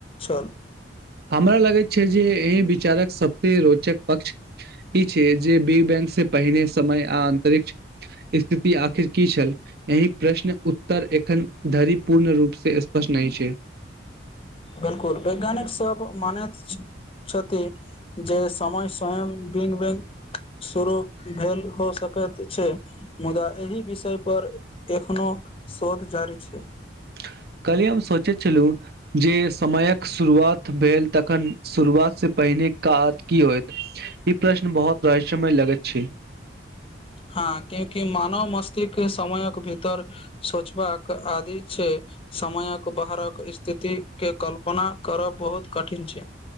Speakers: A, on the left; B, on the right.
A: छल
B: हमरा लगैत छै जे एहि विचारक सब रोचक पक्ष ई छै जे बिग बैंग से पहिने समय आ अन्तरिक्ष इ स्थिति आखिर की छल एहि प्रश्न उत्तर एखन धरि पूर्ण रूप से स्पष्ट नहि छै <unintelligible>
A: बिलकुल वैज्ञानिक सब मानैत छथि जे समय स्वयं विंग वैँग शुरू भेल हो सकैत छै मुदा एहि विषय पर एखनो शोध जारी छै
B: <unintelligible> कलहि हम सोचैत छलहुँ जे समयक शुरुआत भेल तखन शुरुआतसँ पहिने का की होत ई प्रश्न बहुत रहस्यमय लगैत छै
A: हँ क्याकि मानव मस्तिक समयक भीतर सोचबाक आदि छै समयक बाहरक स्थितिक के कल्पना करब बहुत कठिन छै